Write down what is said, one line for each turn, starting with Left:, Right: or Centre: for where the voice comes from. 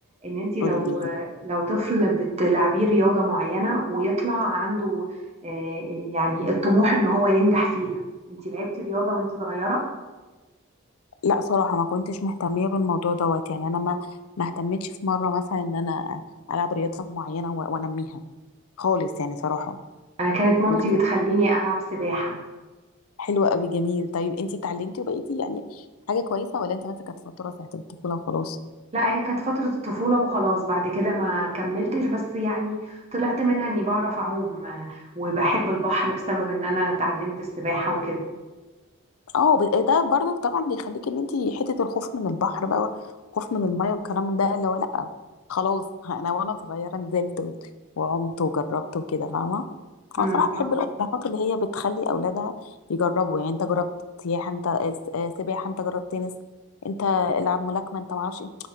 Right: ان انت لو
Left: قولي لي كده.
Right: لو طفل بتلعبيه رياضه معينه ويطلع عنده آه، يعني الطموح ان هو ينجح فيها انت لعبتي رياضه وانت صغيره
Left: لا صراحه ما كنتش مهتميه بالموضوع دوت يعني انا ما ما اهتمتش في مره مثلا ان انا العب رياضه معينه و- وانميها خالص يعني صراحه
Right: انا كانت مامتي
Left: قولي
Right: بتخليني العب سباحه
Left: حلوة قوي جميل طيب انتي اتعلمتي وبقيتي يعني حاجة كويسة ولا انت مثلا كانت فترة ساعة الطفولة وخلاص
Right: لا هي كانت فترة الطفولة وخلاص بعد كده ما كملتش بس يعني طلعت منها اني بعرف اعوم آه، وبحب البحر بسبب ان انا اتعلمت السباحة وكده
Left: اه ب- ده برضك طبعا بيخليك ان انتي حتة الخوف من البحر بقى والخوف من المية والكلام من ده اللي هو لأ خلاص <laughs> انا وانا صغيرة نزلت و- وعمت وجربت وكده فاهمة
Right: مم.
Left: انا صراحة بحب الأمهات اللي هي بتخلي أولادها يجربوا يعني انت جربت سياحة انت س- آه، سباحة انت جربت تنس انت العب ملاكمة انت معرفش ايه